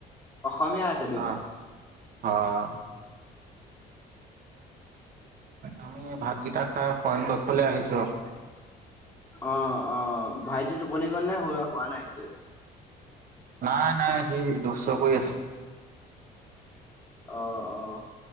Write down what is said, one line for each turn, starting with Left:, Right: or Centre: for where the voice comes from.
Left: অসমীয়া আছে দুয়টাই।
Right: অ হয় আমি ভাত গ টাশা সয়নকক্ষলৈ আহিচো আৰু।
Left: অ - অ ভাইটি টোপনি গল নে হোৱা নাই এতিয়ালৈকে
Right: নাই - নাই সি দুখ চ কৰি আছে।
Left: অ - অ।